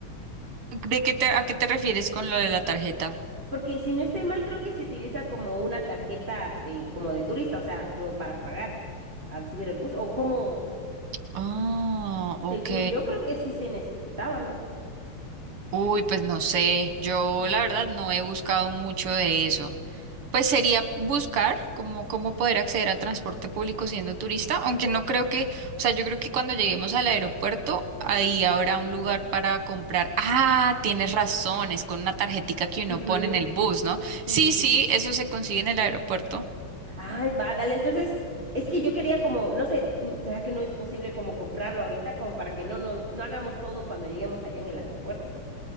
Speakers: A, on the right; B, on the right.
A: ¿De qué te, a qué te refieres con lo de la tarjeta?
B: Porque si no estoy mal, creo que se utiliza como una tarjeta de, como de turista, o sea, como para pagar al subir el bus. O como,
A: Ah, ok.
B: Según yo creo que sí se necesitaba, ¿no?
A: Uy, pues no sé, yo la verdad no he buscado mucho de eso. Pues sería buscar cómo, cómo poder acceder al transporte público siendo turista, aunque no creo que, o sea, yo creo que cuando lleguemos al aeropuerto, ahí habrá un lugar para comprar. Ah, tienes razón, es con una tarjetica que uno
B: Ujú,
A: pone en el bus, ¿no?
B: Sí,
A: Sí,
B: sí, sí.
A: sí, eso se consigue en el aeropuerto.
B: Ay, va, dale. Entonces, es que yo quería como, no sé, mm, ¿será que no es posible como comprarlo ahorita como para que no, no, no hagamos todo cuando lleguemos allá en el aeropuerto? Porque